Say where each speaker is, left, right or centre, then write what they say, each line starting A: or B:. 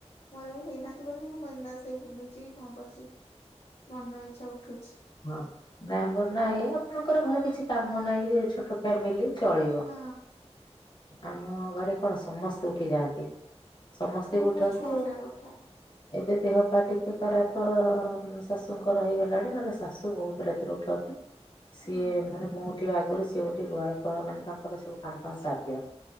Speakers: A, on the left (about 70°); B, on the left (about 40°).
A: ମୋର ଏବେ ହେଇନାହାନ୍ତି ବୋଲି ମୁଁ ବିନ୍ଦାସ ହେଇକି ବୁଲୁଛି କି କଣ କରୁଛି ମନ ଇଛା ଉଠୁଛି।
B: ହଁ ମେମ୍ବର ନାଇଁ ଆପଣଙ୍କର ଘରେ କିଛି କାମ ନାଇଁ ବି ଛୋଟ ଫ୍ୟାମିଲି ଚଳିବ
A: ହଁ
B: ଆମ ଘରେ କଣ ସମସ୍ତେ ଉଠି ଯାଆନ୍ତି। ସମସ୍ତେ
A: ନାଇଁ
B: ବି ଉଠନ୍ତି
A: ମୁଁ ଛଅଟାରେ ଉଠେ।
B: ଏବେ ଦେହ ପା ଟିକେ ଖରାପ ଶାଶୁଙ୍କର ହେଇଗଲାଣି ନହେଲେ ଶାଶୁ ବହୁତ ରାତିରୁ ଉଠନ୍ତି ସିଏ
A: ହୁଁ।
B: ମାନେ ମୁଁ ଉଠିବା ଆଗରୁ ସିଏ ଉଠି ଗୁହାଳ ଫୁହାଳ ମାନେ ତାଙ୍କର ସବୁ କାମ ଫାମ ସାରି ଦିଅନ୍ତି।